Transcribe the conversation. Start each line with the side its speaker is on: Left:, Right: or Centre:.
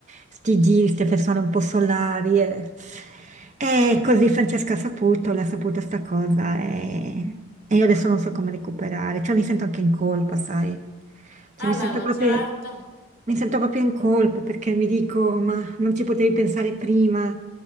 Right: sti giri, queste persone un po' solari. E, e così Francesca ha saputo, l'ha saputa sta cosa e, e io adesso non so come recuperare. Cioè mi sento anche in colpa, sai? Cioè
Left: vabbè,
Right: mi sento
Left: ma
Right: proprio,
Left: certo.
Right: mi sento proprio in colpa perché mi dico, ma non ci potevi pensare prima.